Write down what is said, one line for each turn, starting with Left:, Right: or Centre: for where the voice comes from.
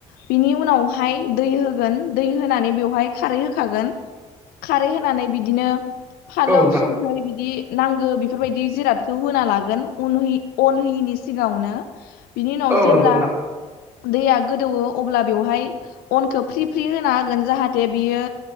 Left: बिनि उनावहाय दै होगोन दै होनानै बेवहाय खारै होखागोन खारै होनानै बिदिनो फालौ
Right: औ नोंथां
Left: ओमफ्राय बिदि नांगो बेफोरबायदि जिरादखौ होना लागोन उनह अनहैयिनि सिगाङनो बिनि उनाव
Right: औ
Left: जेब्ला
Right: नंगौ नोंथां औ
Left: दैया गोदौवो अब्ला बेवहाय अनखौ फ्रि फ्रि होना होगोन जाहाथे बियो